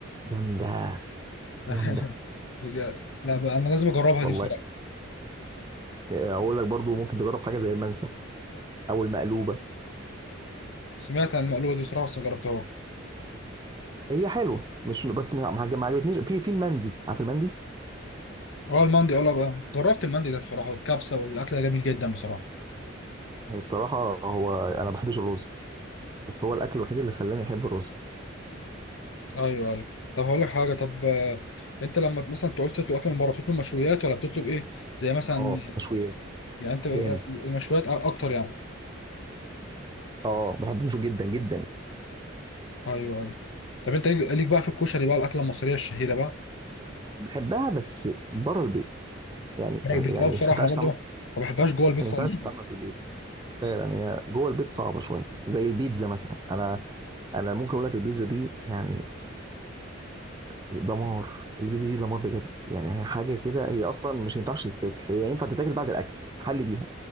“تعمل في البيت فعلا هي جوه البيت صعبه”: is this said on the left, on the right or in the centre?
Right